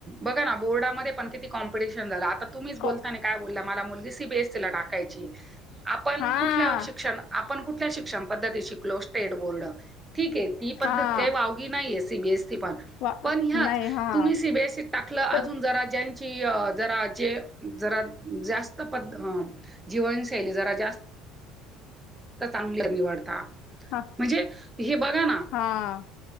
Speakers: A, on the right; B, on the left.
A: बघा ना बोर्डामध्ये पण किती कॉम्पटिशन झालं आता तुम्हीच
B: कॉ
A: बोलताना काय बोलला मला मुलगी सी बी एस सी ला टाकायची आपण
B: हां,
A: कुठल्या शिक्षण आपण कुठल्या शिक्षण पद्धती शिकलो स्टेट बोर्ड ठीक आहे ती प पद्धत
B: हां.
A: काही वावगी नाहीेए सीबीएसी पण
B: वा
A: पण ह्याच
B: नाही हां.
A: तुम्ही सीबीएसईत टाकलं अजून
B: पण
A: जरा ज्यांची अ जरा जे जरा जास्त पद्ध जीवशैली जरा जास् त चांगलं निवडता
B: हां,
A: म्हणजे हे बघा ना
B: हां.